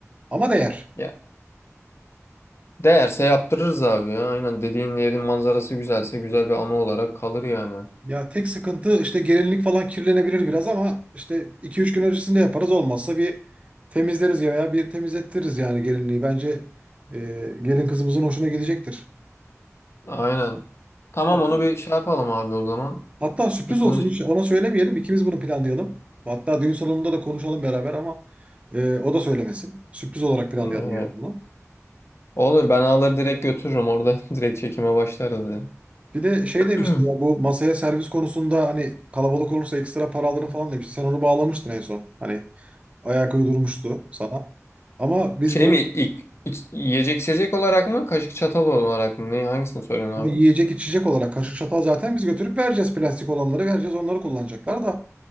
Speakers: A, on the right; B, on the left.
A: Ama değer.
B: Ya değerse yaptırırız abi ya. Aynen dediğin yerin manzarası güzelse güzel bir anı olarak kalır yani.
A: Ya tek sıkıntı işte gelinlik falan kirlenebilir biraz ama işte iki üç gün öncesinde yaparız olmazsa bir temizleriz ya veya bir temizlettiririz yani gelinliği. Bence e, gelin kızımızın hoşuna gidecektir.
B: Aynen. Tamam
A: Hatta
B: onu bir şey yapalım abi o zaman.
A: Hatta sürpriz
B: Bir konuş.
A: olsun hiç ona söylemeyelim. İkimiz bunu planlayalım. Hatta düğün salonunda da konuşalım beraber ama e, o da söylemesin. Sürpriz olarak planlayalım
B: Evet.
A: yani bunu.
B: Olur ben alır direkt götürürüm orada <laughs> direkt çekime başlarız
A: Bir de şey demiştin
B: yani.
A: ya bu masaya servis konusunda hani kalabalık olursa ekstra para alırım falan demişti. Sen onu bağlamıştın en son. Hani ayak uydurmuştu sana. Ama
B: <clears throat>
A: biz
B: Şey
A: bu
B: mi ilk, iç- yiyecek içecek olarak mı kaşık çatal olarak mı? Ne, hangisini söylüyorsun
A: Ama yiyecek
B: abi?
A: içecek olarak kaşık çatal zaten biz götürüp vereceğiz. Plastik olanları vereceğiz. Onları kullanacaklar da.